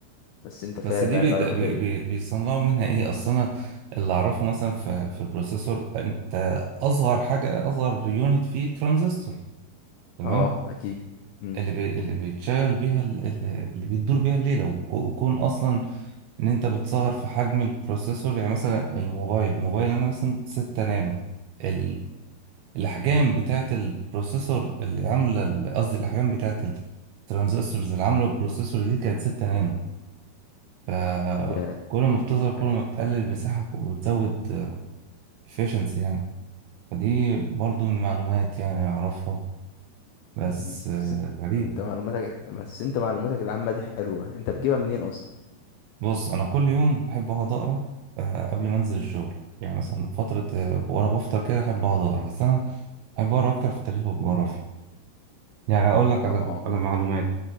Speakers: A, on the left; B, on the right.
A: بس انت فاهم
B: بس دي
A: يعني
B: بيد-
A: معلومات
B: بي
A: ال...
B: بي بيصنعوا منها ايه اصل انا اللي اعرفه مثلا في في البروسيسور انت اصغر حاجه اصغر يونت فيه ترانزستور تمام
A: اه اكيد امم
B: اللي بي... اللي بيتشغل بيها ال- ال- اللي بيدور بيها الليلة وك- وكون أصلا إن أنت بتسهر في حجم البروسيسور يعني مثلا الموبايل الموبايل أنا مثلا 6 نانو ال... الأحجام بتاعة البروسيسور اللي عاملة ال- قصدي الأحجام بتاعة الترانزستورز اللي عاملة البروسيسور دي كانت 6 نانو فكل
A: يا
B: ما بتظهر كل
A: يعني.
B: ما بتقلل المساحة وبتزود efficiency يعني فدي برضو من معلومات يعني أعرفها بس
A: مم.
B: آه،
A: بس انت
B: غريبة
A: انت معلوماتك بس انت معلوماتك العامه دي حلوه انت بتجيبها منين اصلا
B: بص انا كل يوم بحب اقعد اقرا آه، قبل ما انزل الشغل يعني مثلا فتره آه، وانا بفطر كده احب اقعد اقرا بس انا بحب اقرا اكتر في التاريخ والجغرافيا يعني اقول لك
A: اه
B: على على معلومات